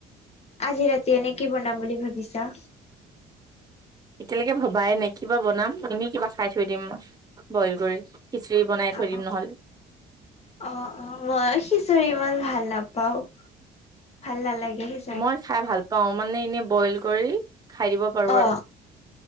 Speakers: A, on the left; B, on the right.
A: আজি ৰাতি এনে কি বনাম বুলি ভাবিছা?
B: এতিয়ালৈকে ভবাই নাই কি বা বনাম, এনে কিবা খাই থৈ দিম মই। বইল কৰি খিচিৰি বনাই
A: অ
B: থৈ দিম নহ'লে।
A: অ', অ' মই খিচোৰি ইমান ভাল নাপাওঁ। ভাল নালাগে সি
B: মই খাই ভাল পাওঁ। মানে এনেই বইল কৰি খাই দিব পাৰো
A: অ
B: আৰু।